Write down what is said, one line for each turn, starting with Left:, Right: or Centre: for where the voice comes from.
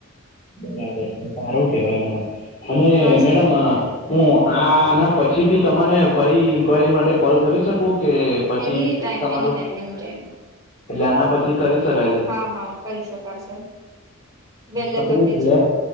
Left: બરાબર છે સારું કેવાય મેડમ અને
Right: હા સર
Left: મેડમ આ હું આના પછી બી તને ફરી ઇન્ક્વાયરી માટે કોલ કરી શકું કે પછી
Right: એની ટાઈમ
Left: તમારું
Right: એની ટાઈમ એની ટાઈમ
Left: એટલે આના પછી કરી શકાય છે
Right: હા હા કરી શકાશે વહેલા
Left: હા, તો પેલી
Right: તકે
Left: બ્લેક
Right: જ